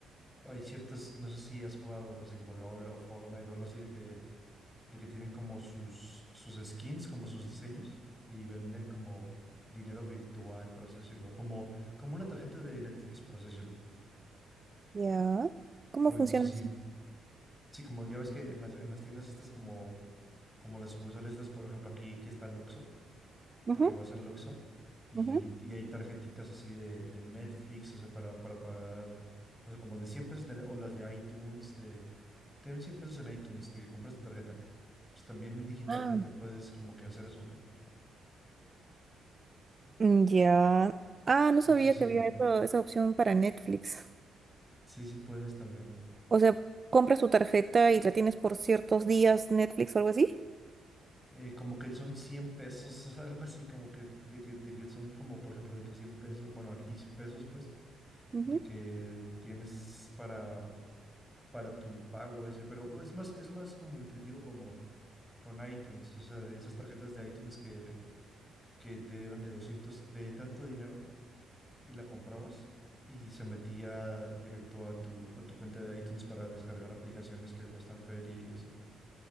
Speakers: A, in the centre; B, on the right.
A: hay ciertas, no sé si has jugado así como LOL o Fortnite o algo así de que de que tienen como sus, sus skins, como sus diseños, y venden como dinero virtual, por así decirlo, como, como una tarjeta de Netflix, por así decirlo.
B: Ya. ¿Cómo
A: Cu-
B: funciona
A: No sé si,
B: eso?
A: sí, como ya ves que en las, en las tiendas estas como, como las sucursales estas, por ejemplo, aquí que está el Oxxo,
B: Ujú,
A: de que vas al Oxxo y,
B: ujú.
A: y hay tarjetitas así de, de Netflix, o sea, para, para pagar, o sea, como de 100 pesos, de- o las de iTunes, de, ten 100 pesos en iTunes, de que compras tu tarjeta. Pues también digitalmente
B: Ah,
A: puedes como que hacer eso, ¿no?
B: mm, ya. Ah, no sabía
A: No sé si
B: que había eso- esa opción para Netflix.
A: Sí, sí puedes también.
B: O sea, compras tu tarjeta y la tienes por ciertos días Netflix o algo así.
A: Eh, como que son 100 pesos <laughs> algo así, como que de, que de que son como, por ejemplo, de que 100 pesos, bueno, aquí pesos, pues,
B: Ujú.
A: de que tienes para, para tu pago ese, pero es más, es más como intuitivo como con iTunes, o sea, de esas tarjetas de iTunes que, que te eran de 200 de tanto dinero y la comprabas y se metía directo a tu, a tu cuenta de iTunes para descargar aplicaciones que cuestan feria y así.